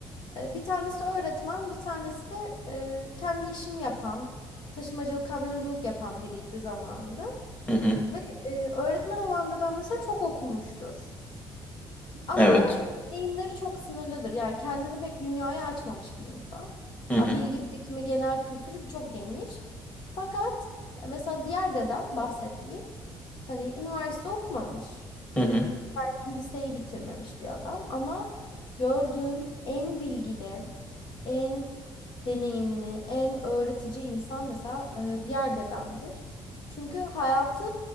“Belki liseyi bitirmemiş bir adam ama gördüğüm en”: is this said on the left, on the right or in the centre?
Left